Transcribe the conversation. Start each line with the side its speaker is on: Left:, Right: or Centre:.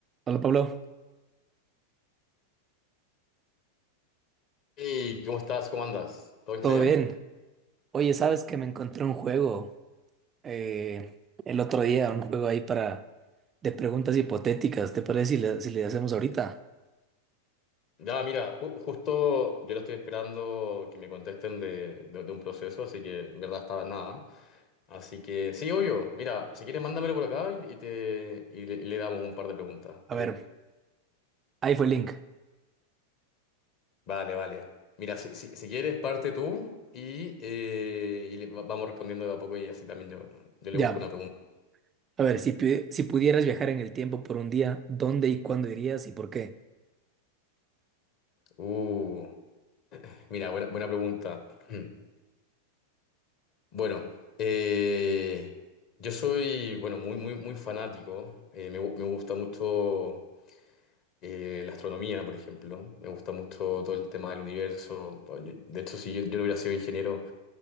Right: Hola Pablo,
Left: Hey, ¿cómo estás? ¿Cómo andas? ¿Todo bien
Right: ¿todo
Left: por allá?
Right: bien? Oye, sabes que me encontré un juego eh, el otro día, un juego ahí para de preguntas hipotéticas. ¿Te parece si le, si le hacemos ahorita?
Left: Ya, mira, ju- justo yo lo estoy esperando que me contesten de, de- de un proceso, así que en verdad estaba en nada. Así que sí, obvio. Mira, si quieres, mándamelo por acá y, y te, y le, y le damos un par de preguntas.
Right: A
Left: Feliz.
Right: ver, ahí fue el link.
Left: Vale, vale. Mira, si, si- si quieres, parte tú y, eh, y le- va- vamos respondiendo de a poco y así también yo, yo le
Right: Ya.
Left: busco una pregunta.
Right: A ver, si, pu- si pudieras viajar en el tiempo por un día, ¿dónde y cuándo irías y por qué?
Left: Uh, mira, buena, buena pregunta. <clears throat> Bueno, eh, yo soy, bueno, muy, muy, muy fanático. Eh, me, gu- me gusta mucho eh, la astronomía, por ejemplo. Me gusta mucho todo el tema del universo. Pues, yo- De hecho, si yo, yo no hubiera sido ingeniero,